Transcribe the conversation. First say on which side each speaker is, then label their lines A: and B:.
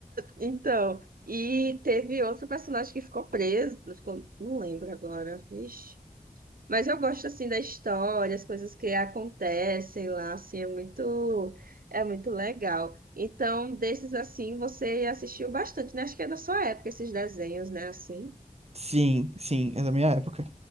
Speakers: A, on the right; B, on the right.
A: Então, e teve outro personagem que ficou preso. Não Ficou, não lembro agora. Ixi. Mas eu gosto assim da história, as coisas que acontecem lá, assim, é muito, é muito legal. Então, desses assim, você assistiu bastante, né? Acho que é da sua época esses desenhos, né? Assim,
B: Sim, sim, é da minha época.